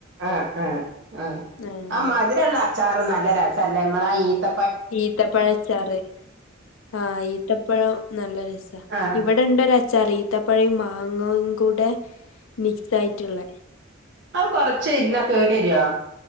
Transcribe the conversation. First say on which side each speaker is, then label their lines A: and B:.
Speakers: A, on the right (about 60°); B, on the left (about 80°).
A: ആഹ് ആഹ് ആഹ്
B: ആഹ്
A: ആ മധ്‌രെള്ളച്ചാറും നല്ല രസല്ലെ മ്മള ഈത്ത
B: ഈത്തപഴച്ചാറ് ആഹ് ഈത്തപ്പഴം നല്ലരസ
A: ആഹ്
B: ഇവടെണ്ടൊരച്ചാറ് ഈ ത്തപ്പയും മാങ്ങംകൂടെ മിക്സായിറ്റ്ള്ളെ
A: അഹ് കൊർച്ചെര്ന്നാ കേടെരോ?